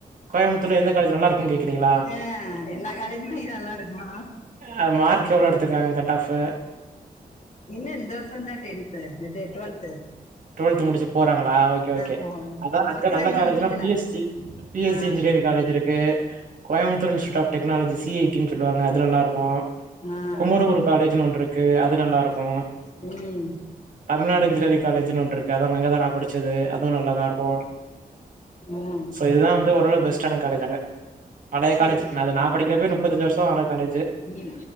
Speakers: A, on the right; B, on the left.
A: கோயம்புத்தூர்ல எந்த காலேஜ் நல்லா இருக்கும்னு கேட்கிறீங்களா?
B: ஆ எல்லா காலேஜுமே இ நல்லா இருக்கோ
A: அது மார்க் எவ்ளோ எடுத்திருக்காங்க கட் ஆஃபு
B: இல்ல இந்த வருஷம்தா டென்த்து நேது டுவெல்த்து
A: டுவெல்த் முடிச்சு போறாங்களா ஓகே ஓகே
B: போ
A: அதான்
B: இந்த
A: அங்க
B: வருஷம்
A: நல்ல
B: தான் இன்னும்
A: காலேஜ்னா
B: முடிக்கல
A: பிஎஸ்சி பிஸ்சி
B: ஆ,
A: இன்ஜினியரிங் காலேஜ் இருக்கு Coimbatore institute of technology CA சொல்லுவாங்க அது நல்லா இருக்கும்
B: ஆ.
A: குமுர குரு காலேஜ்ன் ஒன்னு இருக்கு அது நல்லா இருக்கும்
B: உம்
A: தமிழ்நாடு இன்ஜினியரிங் காலேஜ் ஒன்னு இருக்கு அங்கதா நா படிச்சது அதுவும் நல்லாதா இருக்கு
B: ம்.
A: சோ இதுதான் வந்து ஓரளவு பெஸ்டான காலேஜ் அங்க பழைய
B: சரி
A: காலேஜ் அது நா படிக்கிறப்பய முப்பத்தஞ்சு வருஷம் ஆன காலேஜ்
B: ம்